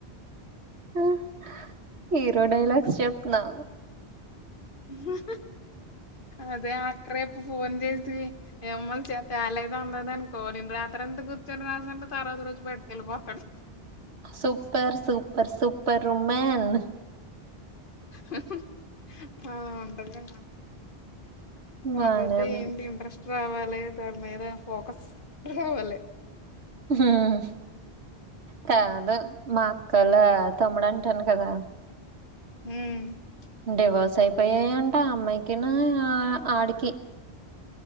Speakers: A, on the right; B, on the left.
A: హ హీరో డైలాగ్ చెప్న్నా
B: హ్హ్ అదేఆన్ రేపు ఫోన్ చేసి ఏమ్మల్ చే తేలేదు అందద అనుకో నేను రాత్రి ఎంత కూర్చొని రాసాను. తారవాత రోజు బయటకెళ్ళిపోతాను.
A: సూపర్ సూపర్ సూపర్ ఉమెన్
B: హ్హ్ ఆ ఉంటదిగా కాకపోతే
A: బానే ఉంది
B: ఏంటి ఇంట్రెస్ట్ రావాలి దాని మీద ఫోకస్ రావాలి.
A: హ్మ్ కాదు మా అక్కలా తమ్ముడు అంటాను కదా
B: హ్మ్
A: డివస్ సైపోయాయింట ఆ అమ్మాయికినా ఆ ఆడికి